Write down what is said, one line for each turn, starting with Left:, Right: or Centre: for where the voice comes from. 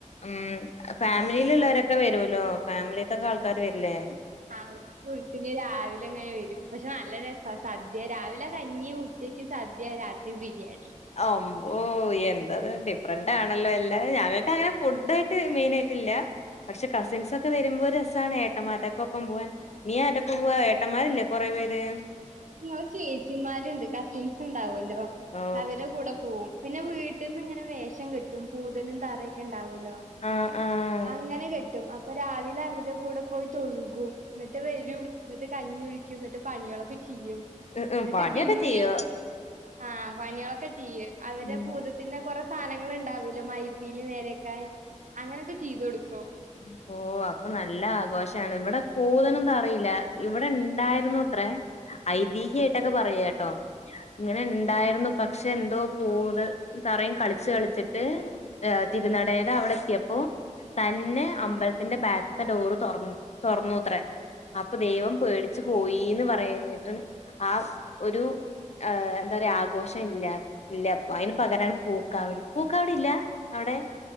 Left: ഉം ഫാമിലിയിലുള്ളവരൊക്കെ വെരുല്ലോ ഫാമിലിത്തൊക്കെ ആൾക്കാര് വെര്ല്ലേ?
Right: ആ <unintelligible> രാവിലെങ്ങനെ വരും പക്ഷെ നല്ല രസാ സദ്യ രാവിലെ കഞ്ഞിയും ച്ചക്ക് സദ്യ രാത്രി ബിരിയാണി
Left: അമ്പോ എന്താത് ഡിഫ്രണ്ടാണല്ലോ എല്ലാ ഞങ്ങക്കങ്ങനെ ഫുഡായിട്ട് മെയിനായിട്ടില്ല പക്ഷെ കസിൻസൊക്കെ വെരുമ്പോ ഒരസാണേ ഏട്ടമാരക്കെ ഒപ്പം പോവാൻ നീ ആരെപ്പോ പോവാ ഏട്ടൻമാരില്ലേ കൊറേ പേര്
Right: നിങ്ങള് ചേച്ചിമാര്ണ്ട് കസിൻസ്ണ്ടാവുല്ലോ
Left: ഓ
Right: അവരെ കൂടെ പോവും പിന്നെ വീട്ട്ന്നിങ്ങനെ വേഷം കെട്ടും പൂതനും തറയൊക്കെണ്ടാവല്ലോ
Left: ആഹ് ആഹ്
Right: അങ്ങനെ കെട്ടും അ അപ്പൊ രാവിലെ അവര്ടെ കൂടെ പോയി തൊഴുകും എന്നിട്ട് വെരും എന്നിട്ട് കഞ്ഞി കുടിക്കും എന്നിട്ട് പണികളൊക് യ്യും
Left: ഉം ഉം
Right: എന്നിട്ട്
Left: പണിയൊക്കെ
Right: പിന്നീ
Left: ചെയ്യോ
Right: ആഹ് പനിയേളൊക്കെ ചെയ്യേ അവരെ
Left: ഉം
Right: ഭൂതത്തിന്റെ കൊറേ സാനങ്ങള്ണ്ടാവുലോ മൈ പീലി നേരെക്കാൻ അങ്ങനെയൊക്കെ ചെയ്തൊടുക്കും
Left: ഓഹ് ഓ അപ്പം നല്ല ആഘോഷാണ് ഇവടെ പൂതനും തറിയും ഇല്ല ഇവടെണ്ടായിരുന്നുത്രേ ഐതിഹ്യയിട്ടൊക്കെ പറയാട്ടോ ഇങ്ങനെണ്ടായിരുന്നു പക്ഷെ എന്തോ പൂത് തറയും കളിച്ച് കളിച്ചിട്ട് ഏ തിരുനടേടവടെ ത്തിയപ്പോ തന്നേ അമ്പലത്തിന്റെ ബാക്ക്ത്തെ ഡോറ് തൊറന്ന് തൊറന്നുത്രേ അപ്പം ദൈവം പേടിച്ചു പോയിന്ന് പറയിഞ്ഞിട്ടും ആ ഒരു ആഹ് എന്താറിയാ ആഘോഷ ഇല്ല ഇല്ല അയിന് പകരാണ് പൂക്കവടി പൂക്കാവടില്ലാ അവടെ